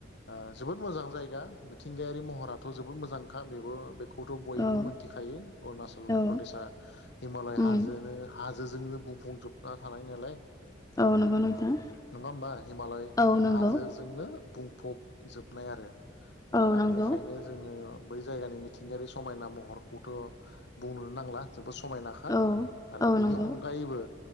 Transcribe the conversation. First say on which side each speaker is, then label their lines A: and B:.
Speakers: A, on the left; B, on the left.
A: ओ जोबोद मोजां जायगा मिथिंगायारि महराथ' जोबोद मोजांखा। बेबो बे खौथ' बयबो
B: औ
A: मिथिखायो अरुणचल
B: औ
A: प्रदेशआ हिमालय
B: उम
A: हाजोनो हाज जोंजोंनो बुंफुंजोबना थानाय नालाय नङा
B: औ नंगौ नोंथां
A: होमबा हिमालय
B: औ नंगौ
A: हाजोजोंनो बुं फबजोबनाय आरो
B: औ
A: दा
B: नंगौ
A: बेखायनो जोङो बै जायगानि मिथिंगायारि समायना महरखौथ' बुंनोनो नांला। जोबोद समायनाखा
B: औ
A: आरो
B: औ
A: बेनि
B: नंगौ
A: अनगायैबो